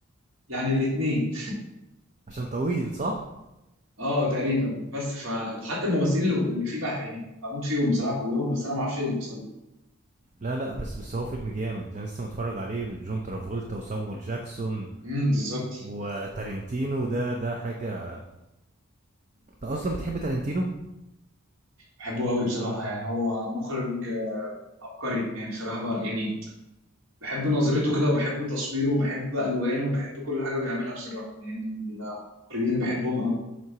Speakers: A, on the right (about 60°); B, on the right (about 35°).
A: يعني الاتنين
B: عشان طويل صح
A: <laughs> اه تقريبا بس ف وحتى الممثلين اللي اللي فيه بقى يعني بموت فيهم بصراحة كلهم بس انا ما اعرفش ايه اللي بيحصل
B: لا لا بس بس هو فيلم جامد انا لسه متفرج عليه جون ترافولتا وسامويل جاكسون
A: امم بالظبط
B: وتارنتينو ده ده حاجة انت اصلا بتحب تارنتينو
A: بحبه قوي بصراحة يعني هو مخرج آه، عبقري يعني بصراحة بقى يعني بحب نظرته كده وبحب تصويره وبحب الوانه وبحب كل حاجه بيعملها بصراحه يعني من الكوريين اللي بحبهم قوي